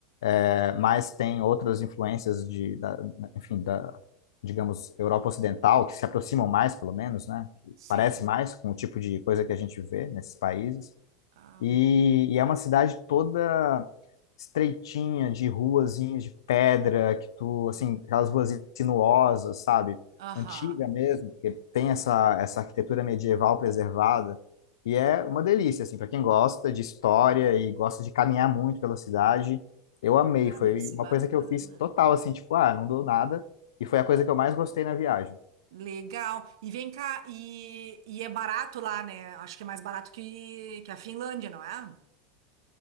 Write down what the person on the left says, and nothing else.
é, mas tem outras influências de, da, enfim, da, digamos, Europa Ocidental, que se aproximam mais, pelo menos, né? Que
parece mais com o tipo de coisa que a gente vê nesses países.
E,
e é uma cidade toda estreitinha, de ruazinhas de pedra, que tu, assim, aquelas ruas sinuosas, sabe?
Antiga mesmo, porque tem essa, essa arquitetura medieval preservada. E é uma delícia, assim, para quem gosta de história e gosta de caminhar muito pela cidade, eu amei.
Foi
uma
coisa que eu fiz total, assim, tipo, ah, não dou nada. E foi a coisa que eu mais gostei na viagem.